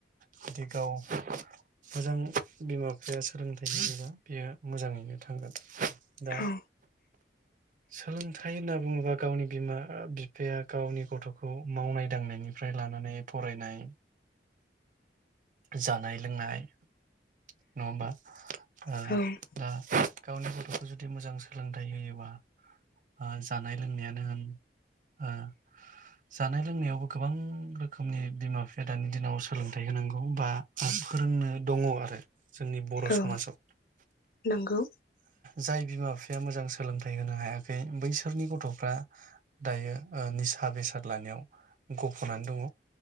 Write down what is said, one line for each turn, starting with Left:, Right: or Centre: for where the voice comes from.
Right: हाथिगाव मोजां बिमा बिफाया सोलोंथाइ होयोब्ला बेयो मोजाङैनो थांगोन। दा
Left: औ
Right: सोलोंथाइ होनना बुङोबा गावनि बिमा बिफाया गावनि गथखौ मावनाय दांनायनिफ्राय लानानै फरायनाय जानाय लोंनाय नङाहोमबा आ
Left: औ
Right: आ गावनि गथखौ जुदि मोजां सोलोंथाइ होयोबा ओ जानाय लोंनायानो होन ओ जानाय लोंनायावबो गोबां रोखोमनि बिमा बिफाया दानि दिनाव सोलोंथाइ होनांगौ बा फोरोंनो दङआरो जोंनि बर'
Left: औ
Right: समाजाव
Left: नंगौ
Right: जाय बिमा बिफाया मोजां सोलोंथाइ होनो हायाखै बैसोरनि गथफ्रा दायो ओ निसा बेसाद लानायाव गफनानै दङ